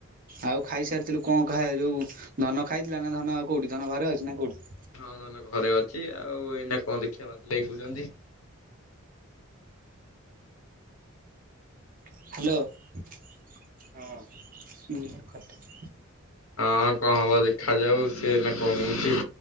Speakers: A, on the right (about 40°); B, on the left (about 80°).
A: ଆଉ ଖାଇସାରିଥିଲୁ କଣ ଖା ଯୋଉ ଧନ ଖାଇଥିଲା ନା ଧନ କୋଉଠି ଧନ ଘରେ ଅଛି ନା କୋଉଠି?
B: ହଁ ଧନ ଘରେ ଅଛି ଆଉ ଏଇନା କଣ ଦେଖିବା ବାଦ ଲଇ କହୁଛନ୍ତି
A: ହ୍ୟାଲୋ! ହଁ ହୁଁ।
B: ହଁ କଣ ହବ ଦେଖାଯାଉ ସିଏ ନା କହୁଛି